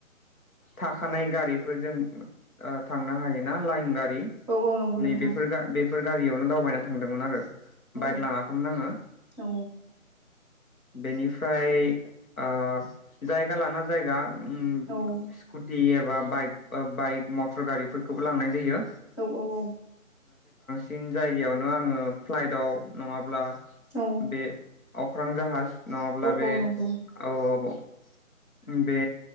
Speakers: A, on the left; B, on the left.
A: थाखानाय गारिफोरजों ओ थांनो हायोना लाइन गा नि
B: औ औ नंगौ
A: नै
B: नोंथां
A: बेफोरगा बे फोर गारियावनो दावबायना थांदोंमोन आरो।
B: औ
A: बाइक लाङाखैमोन आङो
B: औ
A: बेनिफ्राय ओ जायगा लाना जायगा उम सकुटियेर
B: औ
A: बा बाइक बा बाइक मटर गारिफोरखौबो लांनाय जायो।
B: औ औ औ
A: फिन जायगायावनो आङो फ्लाइटआव नङाब्ला
B: औ
A: बे अख्रां जाहाज नङाब्ला
B: औ
A: बे
B: औ नंगौ
A: ओब उम बे